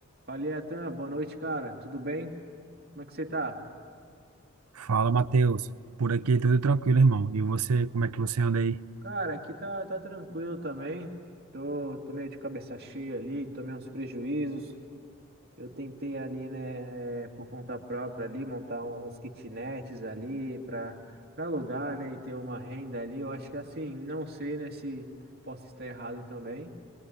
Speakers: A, on the right; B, on the right.
A: Falei, Atan, boa noite, cara. Tudo bem? Como é que você tá?
B: Fala, Matheus. Por aqui tudo tranquilo, irmão. E você, como é que você anda aí?
A: Cara, aqui tá, tá tranquilo também. Tô, tô meio de cabeça cheia ali, tomei uns prejuízos. Eu tentei ali, né, eh, por conta própria ali, montar um, uns kitnets ali pra, pra alugar, né, e ter uma renda ali. Eu acho que assim, não sei, né, se posso estar errado também